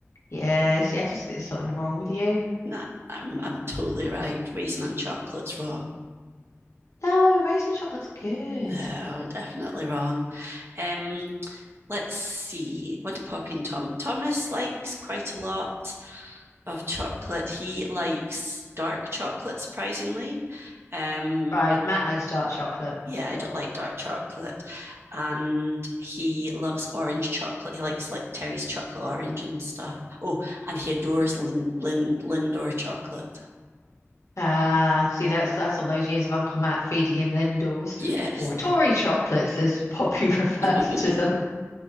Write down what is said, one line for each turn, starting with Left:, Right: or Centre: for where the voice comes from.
Left: Yeah, see, I just think there's something wrong with you.
Right: Nah, I'm, I'm totally right. Raisin and chocolate's wrong.
Left: No, raisin chocolate's good.
Right: No, definitely wrong. Um, let's see. What do Poppy and Tom? Thomas likes quite a lot of chocolate. He likes dark chocolate, surprisingly. Um,
Left: Right, Matt likes dark chocolate.
Right: yeah, I don't like dark chocolate. And he loves orange chocolate. He likes like Terry's chocolate orange and stuff. Oh, and he adores Lin, Lin, Lindor chocolate.
Left: Ah, see, that's that's all those years of Uncle Matt feeding him Lindors
Right: Yes.
Left: or Tory chocolates, as Poppy <laughs> refers
Right: <laughs>
Left: to them.